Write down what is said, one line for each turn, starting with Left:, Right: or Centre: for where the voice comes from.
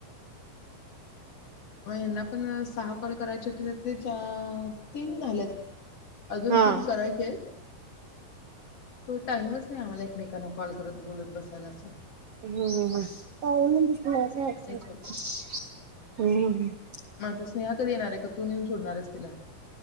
Left: म यांना पण सहा कॉल करायचे होते त्यातले चार-तीन झालेत अजून
Right: हा
Left: तीन करायचे आहेत टाइमच आहे आम्हाला एकमेकांना कॉल करत बोलत बसायला अस
Right: हम् ह् ह
Left: त्यामुळे
Right: <unintelligible>
Left: नाहीच
Right: हम् ह
Left: माझा स्नेहा कधी येणार आहे तो येऊन सोडणारस तिला